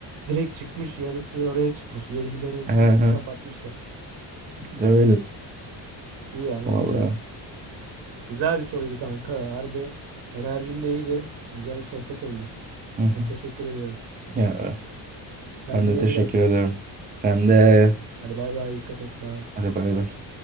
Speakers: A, on the right; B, on the right.
A: Direkt çıkmış yarısı oraya çıkmış. 20'lere
B: Hı
A: bütün
B: hı,
A: kapatmışlar.
B: Öyle
A: İyi ama
B: vallahi.
A: güzel. Güzel bir soruydu kanka. Harbi enerjim de iyiydi. Güzel bir sohbet oldu. Sana
B: Hı hı.
A: teşekkür ediyorum.
B: Ya
A: Kendine
B: ben de teşekkür
A: iyi bak.
B: ederim. Sen de
A: Hadi bay bay dikkat et bay.
B: hadi bay bay.